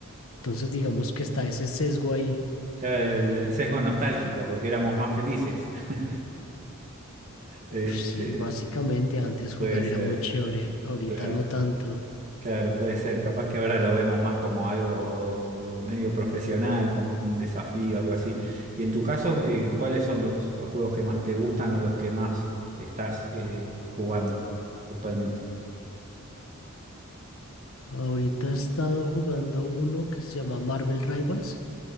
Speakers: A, on the left; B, on the right.
A: Entonces, digamos que está ese sesgo ahí.
B: Claro, el, el
A: Eh,
B: sesgo nostálgico, porque éramos más felices. <laughs> Este,
A: uf, sí, básicamente antes jugar
B: puede ser,
A: era muy chévere, ahorita
B: claro,
A: no tanto.
B: claro, puede ser. Capaz que ahora lo vemos más como algo medio profesional, como un desafío, algo así. Y en tu caso, eh, ¿cuáles son los, los juegos que más te gustan o los que más estás eh, jugando actualmente?
A: Ahorita he estado jugando a uno que se llama Marvel Rivals.